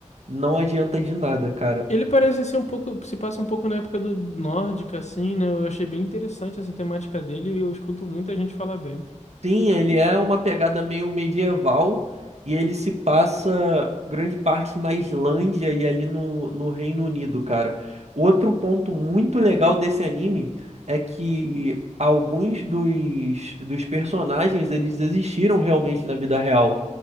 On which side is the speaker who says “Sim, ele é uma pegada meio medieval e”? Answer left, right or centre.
Right